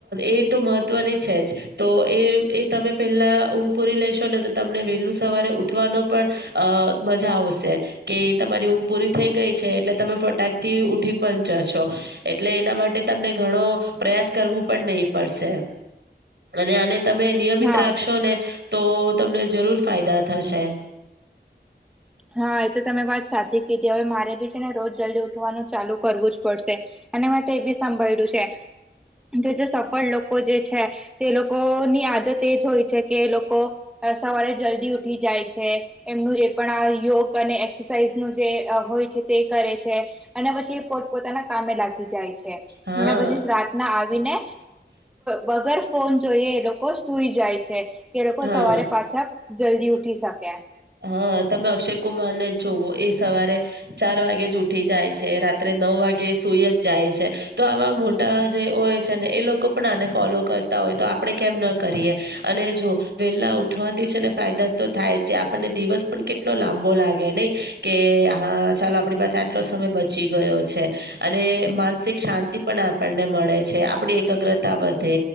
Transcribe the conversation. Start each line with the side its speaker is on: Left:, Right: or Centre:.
Right: એ તો મહત્વની છે જ. તો એ એ તમે પેલા ઊંઘ પુરી લેશો ને તો તમને વહેલું સવારે ઉઠવાનો પણ અ મજા આવશે કે તમારી ઉઊમ પૂરી થઈ ગઈ છે. એટલે તમે ફટાકથી ઉઠી પણ જશો એટલે એના માટે તમને ઘણો પ્રયાસ કરવો પન નહી પડશે અને આને તમે નિયમિત
Centre: હા
Right: રાખશો ને તો તમને જરૂર ફાયદા થશે.
Centre: હા એ તો તમે વાત સાચી કીધી હવે મારે બી છે ને રોજ જલ્દી ઉઠવાનું ચાલુ કરવું જ પડશે. અને મે તે બી સાંભળ્યું છે કે સફળ લોકો જે છે તે લોકો ની આદત એજ હોય છે કે લોકો સવારે જ દી ઉઠી જાય છે એમનું જે પણ આ યોગ અને એક્સરસાઇઝ નું જે હોય છે તે કરે છે અને પછી એ પોત પોતાના કામે લાગી જાય છે.
Right: હા,
Centre: અને પછી રાતના આવીને વગર ફોન જોઈએ એ લોકો સુૂઈ જાય છે કે એ લોકો
Right: હા.
Centre: સવારે પાછા જલ્દી ઉઠી શકે.
Right: હા તમે અક્ષય કુમાર ને જોવઓ એ સવારે ચાર વાગે જ ઉઠી જાય છે રાત્રે નવ વાગે સુઈ જ જાય છે તો આવા મોટા જે હોય છે ને એ લોકો પણ આને ફોલો કરતા તો આપણે કેમ ન કરીએ અને જો વેલા ઉઠવાથી છે ને ફાયદા તો થાય છે. ને દિવસ પણ કેટલો લાંબો લાગે નહી કે હા ચાલો આપણી પાસે આટલો સમય બચી ગયો. <unintelligible> અને માનસિક શાંતિ પણ આપણને મળે છે આપણી એકાગ્રતા વધે